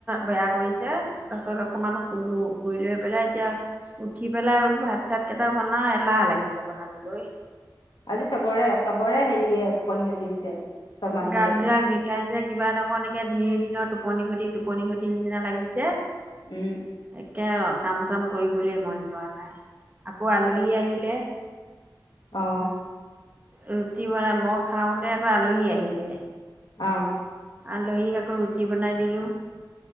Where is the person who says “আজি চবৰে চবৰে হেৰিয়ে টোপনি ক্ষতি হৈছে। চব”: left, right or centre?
Left